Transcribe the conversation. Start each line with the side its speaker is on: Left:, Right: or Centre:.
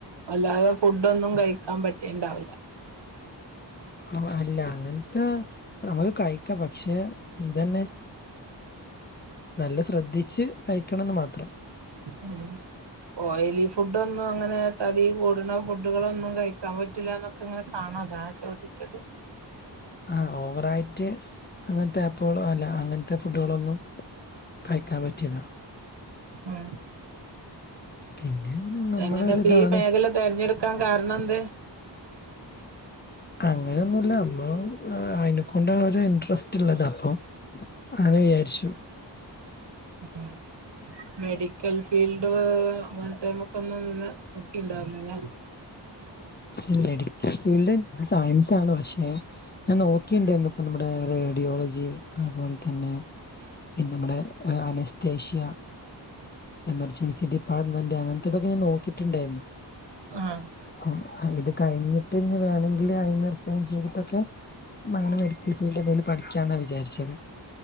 Right: വല്ലാതെ ഫുഡ്‌ ഒന്നും കഴിക്കാൻ പറ്റ്ണ്ടാവില്ല
Left: അവ് അല്ല അങ്ങൻത്തെ നമക്ക് കഴിക്കാം പക്ഷെ ഇന്തന്നെ നല്ല ശ്രദ്ധിച്ച് കഴിക്കണംന്ന് മാത്രം.
Right: ഉം ഓയിലി ഫുഡ്ഡൊന്നും അങ്ങനെ തടി കൂട്ണ ഫു ഡുകളൊന്നും കഴിക്കാൻ പറ്റൂല്ലാന്നൊക്കെ ഇങ്ങനെ കാണാ അതാ ചോദിച്ചത്.
Left: ആഹ് ഓവറയിറ്റ് അങ്ങൻത്തെ ആപുകളോ അല്ല അങ്ങൻത്തെ ഫുഡ്കളൊന്നും കഴ്ക്കാൻ പറ്റില്ല.
Right: ഉം.
Left: പിന്നെ നമ്മളൊരിതാണ്
Right: എങ്ങനെപ്പീ മേഖല തെരഞ്ഞെടുക്കാൻ കാരണെന്തേ
Left: അങ്ങനൊന്നുല്ല ഞമ്മളാ ആഹ് അയിനെ കൊണ്ടാണ് ഒര് ഇന്ട്രസ്റ്റ് ഇള്ളത് അപ്പൊ അങ്ങനെ വിചാരിച്ചു.
Right: ഉം ഉം മെഡിക്കൽ ഫീ ഫീൽഡ് അങ്ങൻത്തേമക്കൊന്നും ന്നെ നോക്കിണ്ടാവൂല ല്ലെ
Left: ഈ മെഡിക്കൽ ഫീൽഡ് ആഹ് സയൻസാണ് പക്ഷെ ഞാൻ നോക്കിണ്ടാര്ന്നു ഇപ്പ നമ്മുടെ റേഡിയോളജി അത്പോൽ തന്നെ പിന്നെമ്മടെ ആഹ് അനെസ്തേഷ്യ എമർജൻസി ഡിപ്പാർട്ട്മെന്റ് അങ്ങൻത്തതൊക്കെ ഞാൻ നോക്കിട്ട്ണ്ടായിരുന്നു.
Right: ആഹ്.
Left: ക്കും. ഇത് കഴിഞ്ഞിട്ട് ന്ന് വേണങ്കില് അയ്ന്ന് റിസൈൻ ചെയ്തിട്ടൊക്കെ മ് അങ്ങനെ മെഡിക്കൽ ഫീൽഡ് എന്തെങ്കിലും പഠിക്ക്യാന്നാ വിചാരിച്ചത്.